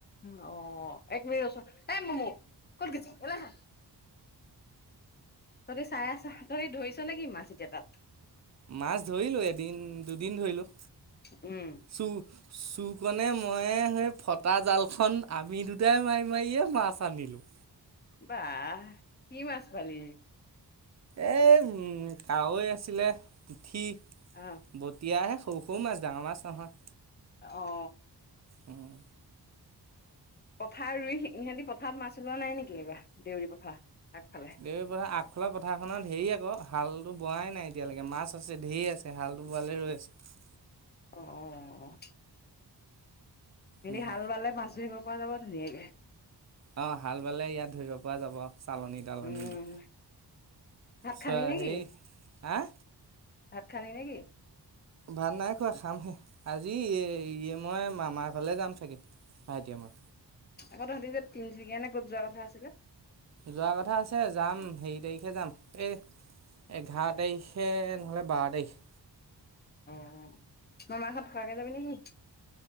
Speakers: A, on the left; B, on the right.
A: উ অ' এক মিনিট ৰচোন এ মূমূ ক'ত গৈছ এফালে আহা। তহঁতি চাই আছ তহঁতি ধৰিছ নেকি মাছ এতিয়া তাত।
B: মাছ ধৰিলো এদিন দুদিন ধৰিলো।
A: উম'।
B: <unintelligible> চুকণে মইে সেই ফটা জালখন আমি দুটাই মাৰি মাৰিয়ে মাছ আনিলোঁ।
A: বাহ' কি মাছ পালি?
B: এই কাৱৈ আছিলে পুঠি।
A: অঁ।
B: বটিয়াহে সৰু সৰু মাছ ডাঙৰ মাছ নহয়।
A: অঁ।
B: উম।
A: পথাৰ ৰুই সিহঁতি পথাৰত মাছ ওলোৱা নাই নেকি এইবাৰ দেউৰী পথাৰ আগফালে।
B: এই পথাৰ আগ খলা পথাৰখনৰ ধেৰ আকৌ হালটো বোৱাই নাই এতিয়ালৈকে মাছ আছে ধেৰ আছে। তেহালটো বোৱালেই ৰৈ আছে।
A: অঁ অঁ অঁ অঁ। হেতি
B: উম,
A: হাল বালে মাছ ধহিব পৰা যাব ধুনীয়াকে।
B: অঁ, হাল বালে ইয়াত ধৰিব পৰা যাব। চালনী তালনি
A: উম
B: দি
A: ভাত
B: সেই
A: খালি নেকি?
B: হাঁ।
A: ভাত খালি নেকি?
B: ভাত নাই খোৱা খামহে আজি ইয়ে মই মামাৰ ঘৰলৈ যাম চাগে। ভাইটিয়ে মই।
A: আগ তহঁতি যে তিনিচুকীয়ানে ক'ত যোৱা কথা আছিলে।
B: যোৱা কথা আছে যাম হে তাৰিখে যাম এই এঘাৰ তাৰিখে নহ'লে বাৰ তাৰিখ।
A: অঁ মামা ঘত ফৰাকৈ যাবি নেকি?